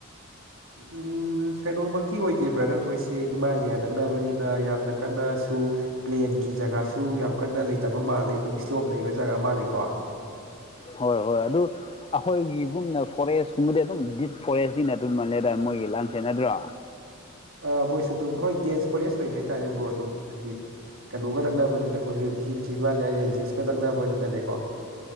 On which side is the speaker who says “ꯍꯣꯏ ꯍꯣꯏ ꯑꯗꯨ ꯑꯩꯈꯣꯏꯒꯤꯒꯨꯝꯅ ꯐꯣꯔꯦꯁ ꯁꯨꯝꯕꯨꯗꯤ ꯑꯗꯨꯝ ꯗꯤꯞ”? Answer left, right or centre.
Left